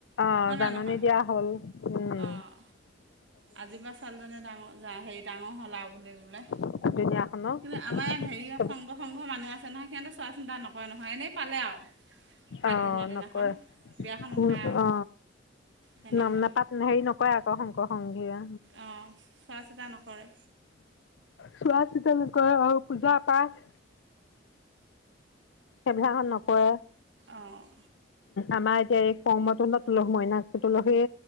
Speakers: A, on the left (about 80°); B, on the right (about 75°).
A: অ
B: হয়নে
A: জাননী
B: নহয়
A: দিয়া হ'ল উম।
B: অঁ আজিৰ পৰা ছাৱালিজনী ডাঙৰ হেৰি ডাঙৰ হ'ল আৰু বুলি বোলে।
A: দুুনীয়াখনৰ
B: কিন্তু আমাৰ ইয়াত হেৰি সংঘ সংঘ মানুহ আছে নহয়, সিহঁতে চোৱা চিন্তা নকৰে নহয় এনেই পালে আৰু। সাত
A: অহ
B: দিনৰ দিনাখন
A: নকয়,
B: বিয়াখন
A: ভুল
B: উঠায় আৰু
A: অ।
B: তেনেকুৱা
A: নাম নাপাত হেৰি নকয় আকৌ শংকৰ সংঘিয়া।
B: অঁ চোৱা চিতা নকৰে।
A: চোৱা চিত নকৰে, অহ পূজা পাঠ সেইবিলাকখন নকৰে।
B: অঁ
A: আমাৰ এতিয়া এই কৰ্মতৰ তুলত লগ মই না, ত তুলসী।